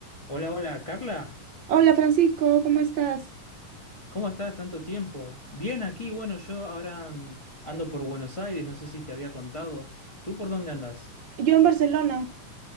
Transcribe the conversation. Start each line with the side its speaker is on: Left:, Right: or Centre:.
Left: Hola, hola, Carla.
Right: Hola Francisco, ¿cómo estás?
Left: ¿Cómo estás? Tanto tiempo. Bien, aquí, bueno, yo ahora mm, ando por Buenos Aires, no sé si te había contado. ¿Tú por dónde andas?
Right: Yo en Barcelona,